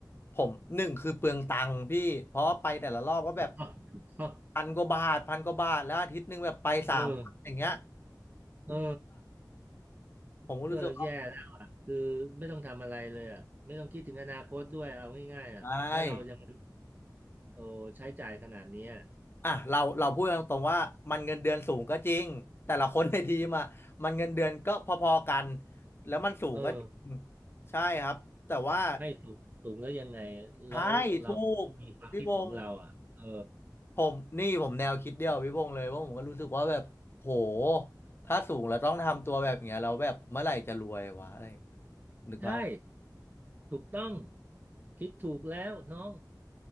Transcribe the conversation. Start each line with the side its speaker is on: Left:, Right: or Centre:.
Left: ผมหนึ่งคือเปลืองตังค์พี่เพราะไปแต่ละรอบก็แบบ
Right: ถูกต้องถูกต้อง
Left: พันกว่าบาทพันกว่าบาทแล้วอาทิตย์หนึ่งแบบไปสามวันอย่างเงี้ย
Right: เออเออ
Left: ผมก็รู้สึกว่า
Right: เออแย่แล้วอ่ะคือไม่ต้องทำอะไรเลยอ่ะไม่ต้องคิดถึงอนาคตด้วยเอาง่ายๆอ่ะถ้าเรายัง
Left: ไม่
Right: โอ้ใช้จ่ายขนาดเนี้ย
Left: อ่ะเราเราพูดกันตรงๆว่ามันเงินเดือนสูงก็จริงแต่ละคนในทีมอ่ะมันเงินเดือนก็พอๆกันแล้วมันสูงก็จริง
Right: เออ
Left: ใช่ครับแต่ว่า
Right: ไม่สูงสูงแล้วยังไง
Left: ใช่ถูกพี่วงศ์
Right: แล้วเราต้องมีความคิดของเราอ่ะเออ
Left: ผมนี่ผมแนวคิดเดียวพี่วงศ์เลยว่าผมก็รู้สึกว่าแบบโหถ้าสูงแล้วต้องทำตัวแบบเนี้ยเราแล้วแบบเมื่อไหร่จะรวยวะอะไรอย่างเงี้ยนึกภาพออก
Right: ใช่ ถูกต้อง คิดถูกแล้วน้อง